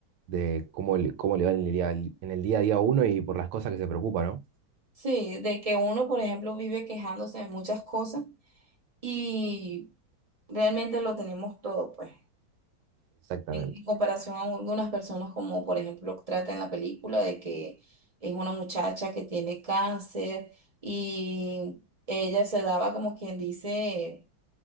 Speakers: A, on the right; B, on the right.
A: de cómo, le- cómo le va en el día, en el día a día a uno y por las cosas que se preocupa, ¿no?
B: Sí, de que uno, por ejemplo, vive quejándose de muchas cosas y realmente lo tenemos todo, pues,
A: Exactamente.
B: en, en comparación a algunas personas como, por ejemplo, trata en la película de que es una muchacha que tiene cáncer y ella se daba como quien dice